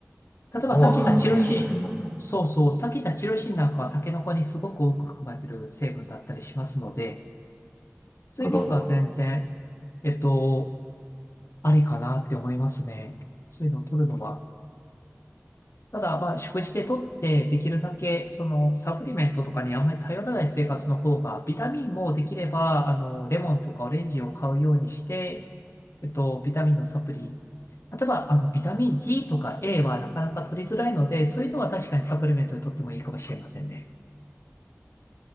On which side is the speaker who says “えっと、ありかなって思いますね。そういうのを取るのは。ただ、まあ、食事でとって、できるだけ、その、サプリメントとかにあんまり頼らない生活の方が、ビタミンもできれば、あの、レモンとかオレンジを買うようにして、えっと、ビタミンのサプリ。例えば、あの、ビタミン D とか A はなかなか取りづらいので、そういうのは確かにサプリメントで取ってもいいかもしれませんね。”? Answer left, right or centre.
Left